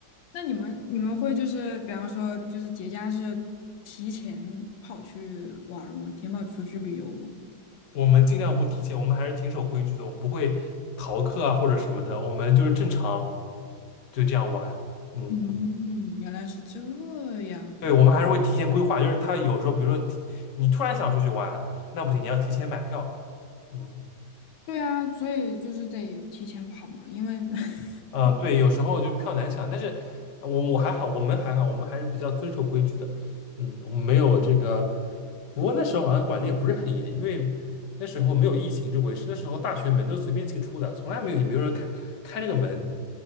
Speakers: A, on the left; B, on the left.
A: 那你们你们会就是比方说就是节假日提前跑去玩儿吗？提前跑出去旅游吗？
B: 我们尽量不提前，我们还是挺守规矩的，我们不会逃课啊或者什么的，我们就是正常就这样玩。嗯，
A: 嗯，原来是这样。
B: 对，我们还是会提前规划，就是他有时候比如说提你突然想出去玩，那不行，你要提前买票。嗯。
A: 对啊，所以就是得提前跑嘛，因为 <laughs>
B: 啊，对，有时候就票难抢，但是呃我我还好，我们还好，我们还是比较遵守规矩的。嗯，我们没有这个，不过那时候好像管的也不是很严，因为那时候没有疫情这回事，那时候大学门都随便进出的，从来没有也没有人开开那个门。